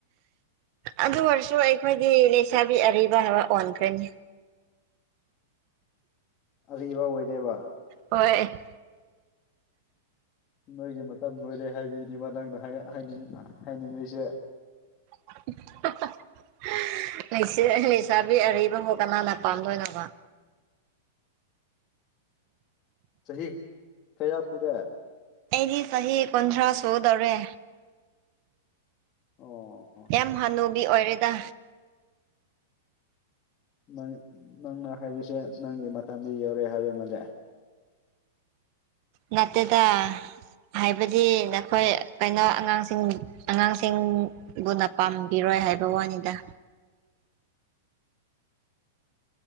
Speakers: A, on the right; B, on the left.
A: ꯑꯗꯨ ꯑꯣꯏꯔꯁꯨ ꯑꯩꯈꯣꯏꯗꯤ ꯂꯩꯁꯥꯕꯤ ꯑꯔꯤꯕ ꯍꯥꯏꯕ ꯑꯣꯟꯈ꯭ꯔꯦꯅꯦ
B: ꯑꯔꯤꯕ ꯑꯣꯏꯔꯦꯕ
A: ꯍꯣꯏ
B: ꯅꯣꯏꯒꯤ ꯃꯇꯝ ꯂꯣꯏꯔꯦ ꯍꯥꯏꯕꯒꯤꯅꯤ ꯃꯥ ꯅꯪꯅ ꯍꯥꯏꯌꯥ ꯍꯥꯏꯅꯤꯡ ꯍꯥꯏꯅꯤꯡꯂꯤꯁꯦ
A: <unintelligible> ꯂꯩꯁꯥꯕꯤ ꯑꯔꯤꯕꯕꯨ ꯀꯅꯥꯅ ꯄꯥꯟꯗꯣꯏꯅꯣꯕ
B: ꯆꯍꯤ ꯀꯌꯥ ꯁꯨꯒꯦ
A: ꯑꯩꯗꯤ ꯆꯍꯤ ꯀꯨꯟꯊ꯭ꯔꯥ ꯁꯨꯒꯗꯧꯔꯦ
B: ꯑꯣ ꯑꯣ
A: ꯌꯥꯝ ꯍꯥꯅꯨꯕꯤ ꯑꯣꯏꯔꯦꯗ
B: ꯅꯪ ꯅꯪꯅ ꯍꯥꯏꯔꯤꯁꯦ ꯅꯪꯒꯤ ꯃꯇꯝꯗꯤ ꯌꯧꯔꯦ ꯍꯥꯏꯕ ꯃꯥꯜꯂꯦ
A: ꯅꯠꯇꯦꯗ ꯍꯥꯏꯕꯗꯤ ꯅꯈꯣꯏ ꯀꯩꯅꯣ ꯑꯉꯥꯡꯁꯤꯡ ꯑꯉꯥꯡꯁꯤꯡ ꯕꯨꯅ ꯄꯥꯝꯕꯤꯔꯣꯏ ꯍꯥꯏꯕ ꯋꯥꯅꯤꯗ